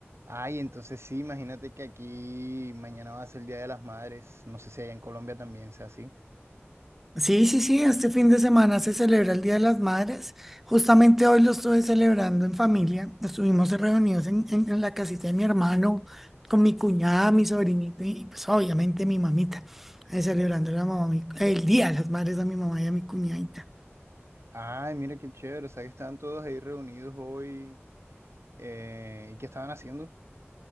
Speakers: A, on the right (about 70°); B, in the centre.
A: Ay, entonces sí, imagínate que aquí mañana va a ser el Día de las Madres. No sé si allá en Colombia también sea así.
B: Sí, sí, sí, este fin de semana se celebra el Día de las Madres. Justamente hoy lo estuve celebrando en familia. Estuvimos reunidos en, en- en la casita de mi hermano, con mi cuñada, mi sobrinito y pues obviamente mi mamita, eh, celebrando la mamá- el Día de las Madres a mi mamá y a mi cuñadita.
A: Ay, mira qué chévere. O sea, que estaban todos ahí reunidos hoy. eh, ¿y qué estaban haciendo?